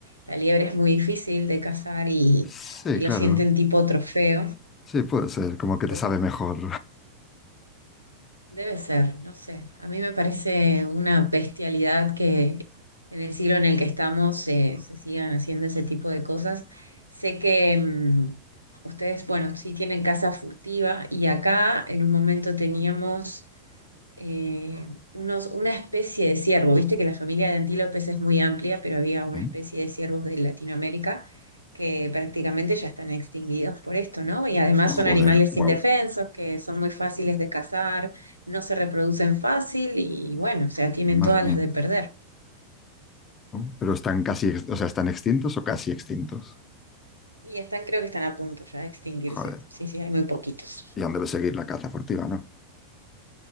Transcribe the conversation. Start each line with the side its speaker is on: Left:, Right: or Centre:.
Right: la liebre es muy difícil de cazar y,
Left: Sí,
Right: y lo
Left: claro,
Right: sienten tipo trofeo,
Left: sí, puede ser, como que te
Right: pero
Left: sabe mejor.
Right: debe ser, no sé. A mí me parece una bestialidad que en el siglo en el que estamos eh, se sigan haciendo ese tipo de cosas. Sé que mm, ustedes, bueno, sí tienen casa furtiva y acá en un momento teníamos eh, unos, una especie de ciervo. Viste que la familia de antílopes es muy amplia, pero había
Left: <laughs>
Right: una
Left: sí.
Right: especie de ciervos de Latinoamérica que prácticamente ya están extinguidos por esto, ¿no? Y además son
Left: Joder,
Right: animales
Left: wow,
Right: indefensos, que son muy fáciles de cazar, no se reproducen fácil y bueno, o sea, tienen
Left: madre
Right: todas
Left: mía.
Right: las de perder.
Left: ¿no? Pero están casi, o sea, están extintos o casi extintos.
Right: Y están, creo que están a punto ya de extinguirse.
Left: Joder.
Right: Sí, sí, hay muy poquitos.
Left: Y aún debe seguir la caza furtiva, ¿no?